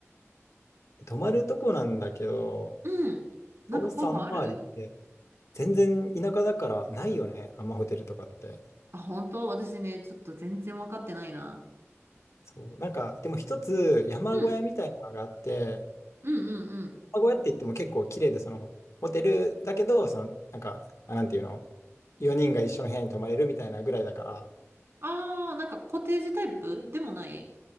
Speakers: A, on the left; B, on the right.
A: え、<laughs> 泊まるとこなんだけど、
B: うん。なんか候補ある
A: カオスさんの周りって全然田舎だからないよね。あんまホテルとかって。
B: あ、本当私ね、ちょっと全然分かってないな。
A: そう。なんか、でも一つ山小屋みたいなのがあって、
B: うん。うんうんうん。
A: うやって言っても結構綺麗で、その、ホテルだけど、その、なんか、あ、なんていうの、4人が一緒の部屋に泊まれるみたいなぐらいだから、
B: あー、なんかコテージタイプでもない